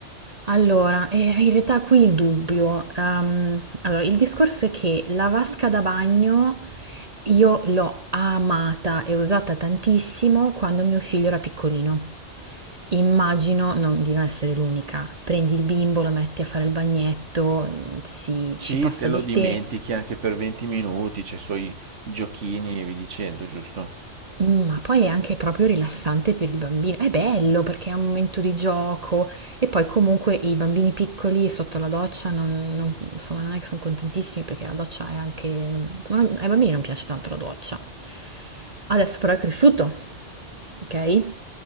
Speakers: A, on the right (about 35°); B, on the right (about 70°).
A: Allora, eh, in realtà qui il dubbio. ehm, allora, il discorso è che la vasca da bagno io l'ho amata e usata tantissimo quando mio figlio era piccolino. Immagino non- di non essere l'unica. Prendi il bimbo, lo metti a fare il bagnetto, mm, si,
B: Sì,
A: ci passa
B: te lo
A: del
B: dimentichi
A: tè.
B: anche per 20 minuti, c'è i suoi giochini e vi dicendo, giusto?
A: Mh, ma poi è anche proprio rilassante per il bambino. È bello perché è un momento di gioco e poi comunque i bambini piccoli sotto la doccia non non insomma, non è che son contentissimi perché la doccia è anche insomma, non- ai bambini non piace tanto la doccia. Adesso però è cresciuto, okay?